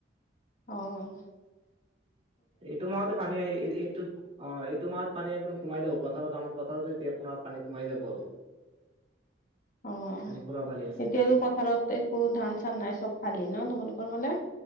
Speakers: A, on the left; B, on the right.
A: অৱ।
B: এইটো মাহতে পানী আহি এই এইটো অৱ এইটো মাহত পানী একদম সোমাই যাৱ পথাৰত আমাৰ পথাৰ যে এতিয়া আপোনাৰ পানী সোমাই যাব আৰু
A: অৱ
B: পানী পুৰা বাঢ়ি আছে
A: এতিয়ো পথাৰত একো ধান চান নাই চব খালি ন তোমালোক ক হলে